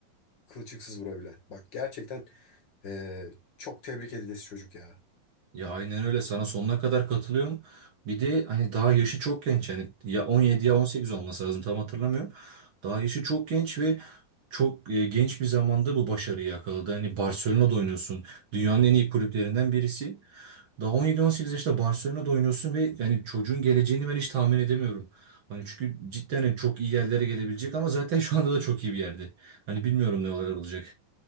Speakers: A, on the left (about 35°); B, on the right (about 45°).
A: kılçıksız vurabilen. Bak gerçekten eee, çok tebrik edilesi çocuk ya.
B: Ya aynen öyle sana sonuna kadar katılıyorum. Bir de hani daha yaşı çok genç yani ya 17 ya 18 olması lazım tam hatırlamıyorum. Daha yaşı çok genç ve çok e, genç bir zamanda bu başarıyı yakaladı. Hani Barcelona'da oynuyorsun. Dünyanın en iyi kulüplerinden birisi. Daha on yedi on sekiz yaşında Barcelona'da oynuyorsun ve yani çocuğun geleceğini ben hiç tahmin edemiyorum. Hani çünkü cidden hani çok iyi yerlere gelebilecek ama zaten şu anda da çok iyi bir yerde. Hani bilmiyorum ne olarak olacak.